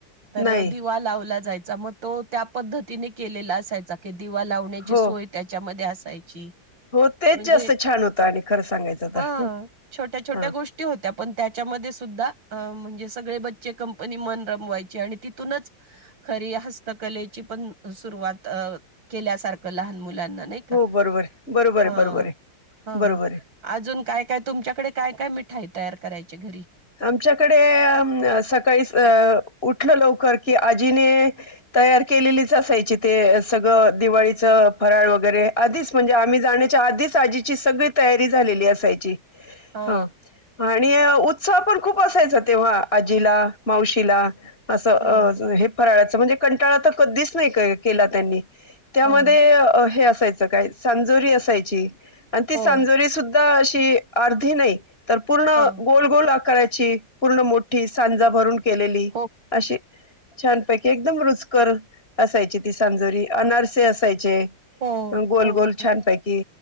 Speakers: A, on the right; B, on the left.
A: तर
B: नाही
A: दिवा लावला जाय चा म तो त्या पद्धतीने केलेला असायचा की दिवा लावण्याची
B: हो
A: सोय त्याच्यामध्ये अस असायची
B: हो तेच
A: म्हणजे
B: जास्त छान होतं आणि खरं सांगायचं
A: हा
B: तर ह
A: छोट्या छोट्या
B: हा
A: गोष्टी होत्या पण त्याच्यामध्ये सुद्धा म्हणजे सगळे बचे कंपनी मन रामवयाचे तथूनच खरी हस्तकलेची पण सुरुवात केल्यासारखं लहान मुणी मुलांना नाही
B: हो
A: का
B: बरोबर आहे. बरोबर
A: हा
B: आहे बरोबर आहे
A: हा
B: बरोबर आहे
A: अजून काय काय तुमच्याकडे काय काय मिठाई तयार करायची घरी
B: आमच्याकडे सकाळी उठलं लवकर की आजीने तयार केलेलीच असायची ते सगळं दिवाळीच फराळ वगैरे आधीच म्हणजे आम्ही जाण्याच्या आधीच आजी ची सगळी तयारी झालेली असायची
A: हा
B: हो. आणि उत्साह पण खूप असायचा तेव्हा आजीला मावशीला असं अ
A: हां,
B: हे फराळाचं म्हणजे कंटाळा तर कधीच नाही काय केला त्यांनी त्यामध्ये
A: हां.
B: हे अस असायच काय सांजोरी असायची आणि ती
A: हो,
B: सांजोरी सुद्धा अशी अर्धी नाही तर पूर्ण
A: हां.
B: गोल् आकारची पूर्ण मोठी सांजा भरून केलेली
A: हो.
B: अशी छानपैकी एकदम रुचकर असायची ती सांजोरी अनारसे असायचे.
A: हो
B: गोल
A: हो
B: गोल छानपैकी.